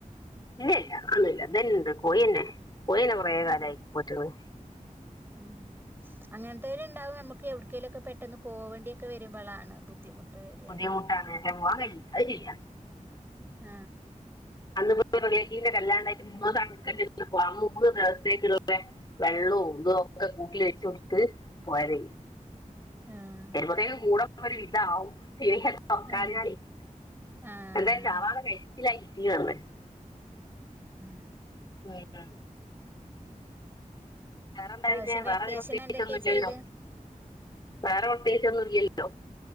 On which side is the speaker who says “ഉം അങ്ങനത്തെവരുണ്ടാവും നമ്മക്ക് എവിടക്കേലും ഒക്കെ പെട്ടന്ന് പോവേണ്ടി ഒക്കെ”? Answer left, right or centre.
Right